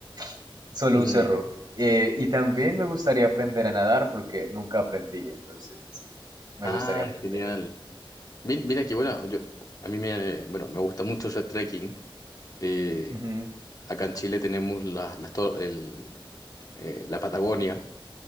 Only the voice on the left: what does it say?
Mm.
Ah,
genial. Mi- Mira que bueno, yo, a mí me, bueno, me gusta mucho hacer trekking. Eh,
acá en Chile tenemos las, las to- el- eh, la Patagonia